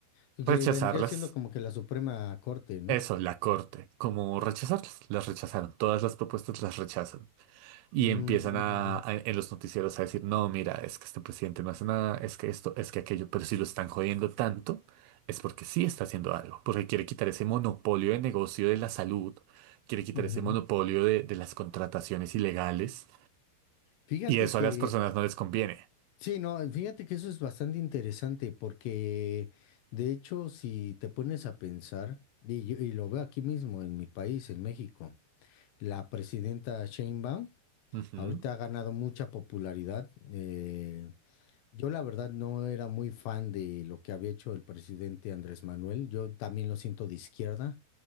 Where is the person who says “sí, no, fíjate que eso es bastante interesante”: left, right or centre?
Left